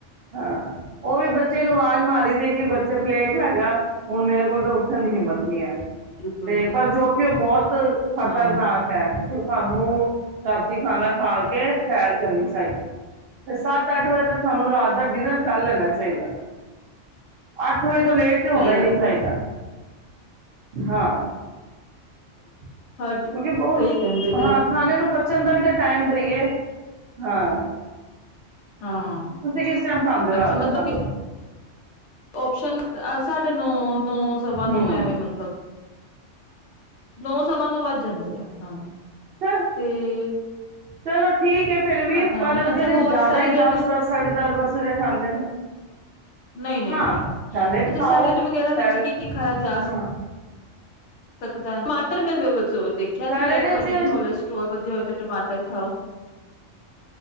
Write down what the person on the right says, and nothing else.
ਹਾਂ, ਓਹ ਵੀ ਬੱਚੇ ਨੂੰ ਆਵਾਜ ਮਾਰ ਦੀ ਏ ਕਿ ਬੱਚੇ ਪਲੇਟ ਲੈ ਜਾ ਹੁਨ ਮੇਰੇ ਕੋਲ ਤਾਂ ਉੱਠਣ ਦੀ ਹਿੰਮਤ ਨੀ ਹੈ।
ਤੇ ਪਰ ਜੋ ਓ ਬੋਤ ਖ ਖਤਰਨਾਕ
ਐ। ਸਾਨੂੰ ਰਾਤੀ ਖਾਨਾ ਖਾ ਕੇ ਸੈਰ ਕਰਨੀ ਚਾਹੀਦੀ। ਤੇ ਸੱਤ-ਅੱਠ ਵਜੇ ਤੱਕ ਸਾਨੂੰ ਰਾਤ ਦਾ ਡਿਨਰ ਕਰ ਲੈਨਾ ਚਾਈਦਾ, ਅੱਠ ਅਠ ਵਜੇ ਤੋਂ ਲੇਟ ਤੇ ਹੋਨਾ
ਹੀ
ਨਹੀਂ ਚਾਹੀਦਾ।
ਹਾਂ। ਕਯੋਂਕਿ
ਬੋਤ,
ਹਾਂ
ਥਾਨੇ ਨੂੰ ਪਚੱਨ ਦਾ ਵੀ ਤਾ ਟੈਮ ਦਈਏ, ਹਾਂ।
ਤੁਸੀਂ ਕਿਸ ਟੈਮ ਖਾਂਦੇ ਹੋ
ਰਾਤ
ਦਾ ਖਾਨਾ?
ਹੂੰ
ਚ-
ਚਲੋ ਠੀਕ ਏ ਫੇਰ ਵੀ,
ਪਰ
ਜੇੜੇ
ਜਾਦਾ
ਈ ਦਸ, ਦਸ, ਸਾਢੇ ਦਸ, ਦਸ ਖਾਂਦੇ ਨੇ।
ਹਾਂ
ਖਾਓ
ਸੈਲ
ਹਾਂ
ਸੈਲਡ
ਵਿੱਚ